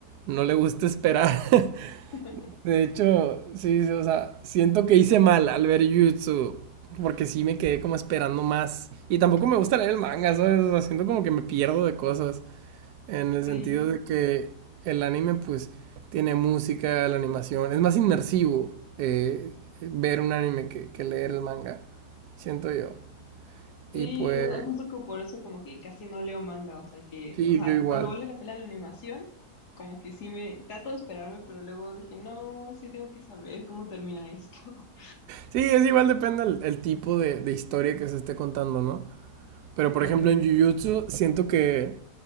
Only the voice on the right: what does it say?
no le gusta esperar. <laughs>
De hecho, sí, sí, o sea, siento que hice mal al ver Jutsu, porque sí me quedé como esperando más. Y tampoco me gusta leer el manga, ¿sabes? O sea, siento como que me pierdo de cosas. En el sentido
de que el anime, pues, tiene música, la animación. Es más inmersivo eh, ver un anime que, que leer el manga, siento yo.
Y pues,
sí,
yo igual.
Sí, es igual, depende el, el tipo de, de historia que se esté contando, ¿no? Pero, por
ejemplo, en Jujutsu siento que...